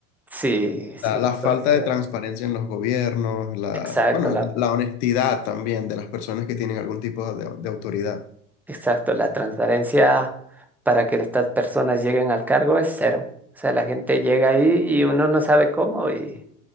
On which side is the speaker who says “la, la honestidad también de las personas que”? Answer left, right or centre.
Left